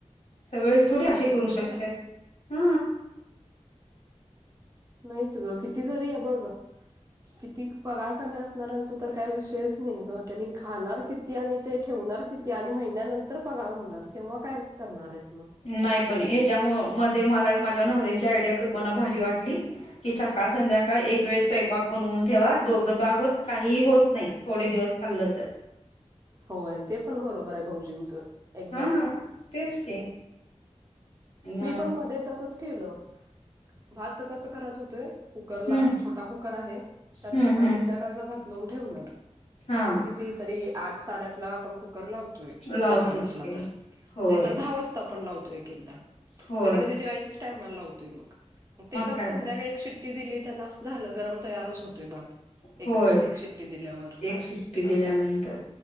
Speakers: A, on the left; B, on the right.
A: सगळेच थोडी
B: दोघांनी
A: असे करू शकत्यांत
B: चालत
A: हा.
B: नहीच ग किती जरी हे बघ, किती पगार कमी असणाऱ्यांच तर काय विषयच नाही ग त्यांनी खाणार कित ती आणि ते ठेवणार किती आणि महिन्यानंतर पगार होणार तेव्हा काय करणार आहेत मग.
A: नाही पण ह्याच्या मध्ये मला एक माझ्या नवऱ्याची आयडिया कल्पना भारी वाटली. कि सकाळ, संध्याकाळ एक वेळ स्वंपाक बनवून ठेवा, दोघच आहोत काहीही होत नाही, थोडे दिवस खाल्लं तर.
B: होय, ते पण बरोबर आहे भाऊजीचं एकदम.
A: हा तेच की. हम्म
B: मी पण मध्ये तसच केलं, भात कसं करत होतोय कुकरला
A: हम्म
B: छोटा कुकर आहे, त्यात
A: हम्म
B: सकाळ संध्याकाळचा भात लावून ठेवणार.
A: हा
B: ते तरी आठ साडेआठ ला आपण कुकर लाव तोय
A: लावतोच
B: डबा नसला
A: की
B: तर,
A: होय
B: नाही तर दहा वाजता आपण लावतोय एक एकदा.
A: होय
B: कधी कधी जेवायच्याच टायमाला लावतोय मग, मग ते कसं
A: काय
B: संध्याकाळी
A: तर
B: एक शि टी दिली त्याला, झालं गरम तयारच होतोय भात. एक
A: होय
B: अश एक शिट्टी दिल्यावर.
A: एक शिट्टी दिल्यानंतर